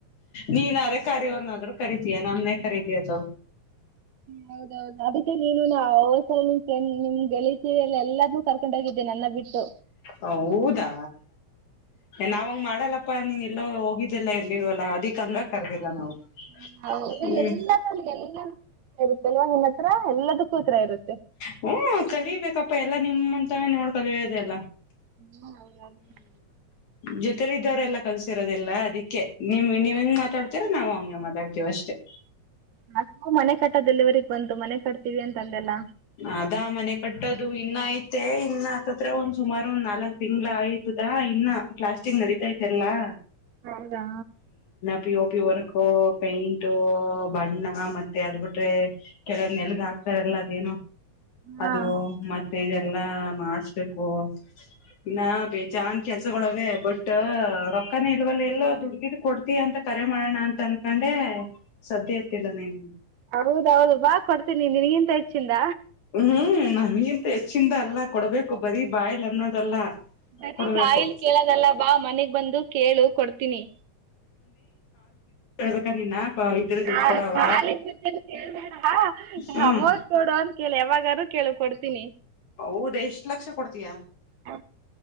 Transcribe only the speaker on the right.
ಹಾ ಹೌದೌದು ಅದಕ್ಕೆ ನೀನು ನ ಹ್ಸಲ ನಿಮ್ ಫ್ರೆಂಡ್ ನಿಮ್ ಗೆಳೀತ ಎಲ್ಲ ಎಲ್ಲಾರ್ನು ಕರ್ಕೊಂಡೋಗಿದ್ದೇನೆ ನನ್ನ ಬಿಟ್ಟು
ಹ ಹೌದ
ಎಲ್ಲಲ್ಲಿ ಎಲ್ಲ ಇರುತ್ತೆ ಅಲ್ವ ನಿನ್ನ ಹತ್ರ ಎಲ್ಲದಕೂ ಉತ್ರಾ ಇರುತ್ತೆ
ಹ್ಮ್ ಹೌದು <unintelligible>
ನಾ ಮನೆ ಕಟ್ಟದೆಲ್ಲಿವರಿಗೆಗ್ ಬಂತು ಮನೆ ಕಟ್ತೀವಿ ಅಂತ ಅಂದೆಲ್ಲ
ಹೌದಾ
ಹಾ
ಹೌದೌದು ಬಾ ಕೊಡ್ತೀನಿ ನಿನ್ಗಿಂತ ಚಿಂದ
ಬರಿ
ಬಾಯಲ್ ಕೇಳದಲ್ಲ ಬಾ ಮನೆಗ್ ಬಂದು ಕೇಳು ಕೊಡ್ತೀನಿ
ಕಾಲ್
ಕಾಲಿಗ ಬಿದ್ದೆನು ಕೇಳಬೇಡ
ಅಮೌಂಟ್ ಕೊಡು ಅಂತ ಕೇಳ್ ಯಾವಾಗ ದು ಕೇಳು ಕೊಡ್ತೀನಿ
ಹ